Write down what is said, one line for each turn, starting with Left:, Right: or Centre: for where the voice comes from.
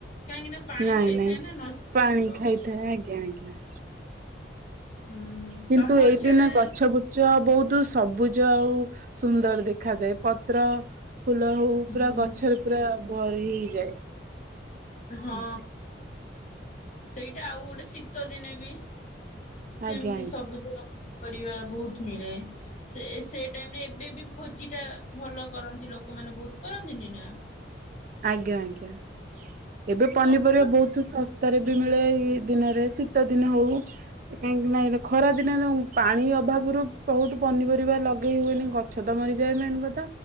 Left: କାହିଁକି ନା ପାଣି
Right: ନାଇଁ
Left: ଖାଇଥାଏ
Right: ନାଇଁ
Left: ନା ନଷ୍ଟ ହେଇଯିବ
Right: ପାଣି ଖାଇଥାଏ, ଆଜ୍ଞା ଆଜ୍ଞା।
Left: ହୁଁ
Right: କିନ୍ତୁ
Left: ତମର
Right: ଏଇଦିନ
Left: ସିଆଡେ
Right: ଗଛ ବୁଛ ବୋହୁତ ସବୁଜ ଆଉ ସୁନ୍ଦର ଦେଖାଯାଏ ପତ୍ର। ଫୁଲ ହଉ ପୁରା
Left: ହୁଁ
Right: ଗଛରେ ପୁରା ଭରି ହେଇଯାଏ।
Left: ହଁ
Right: ଆଜ୍ଞା
Left: ସେଇଟା ଆଉ ଗୋଟେ ଶୀତ ଦିନେ ବି। ସେମିତି
Right: ଆଜ୍ଞା ଆଜ୍ଞା
Left: ସବୁ ଦିନ ପରିବା ବହୁତ ମିଳେ। ସେ ସେ ଟାଇମ ରେ ଏବେ ବି ଭୋଜି ଟା ଭଲ କରନ୍ତି ଲୋକମାନେ ବହୁତ କରନ୍ତିନି ନା।
Right: ଆଜ୍ଞା ଆଜ୍ଞା ଏବେ ପନିପରିବା
Left: ସବୁର
Right: ବହୁତ ଶ ଶସ୍ତା ରେ ବି ମିଳେ ଏ ଦିନରେ ଶୀତ ଦିନ ହଉ କାହିଁକି ନାଇଁ ଖରା ଦିନ ପାଣି ଅଭାବ ବହୁତ ପନିପରିବା ଲଗେଇ ହୁଏନି ଗଛ ତ ମରିଯାଏ ମେନ କଥା।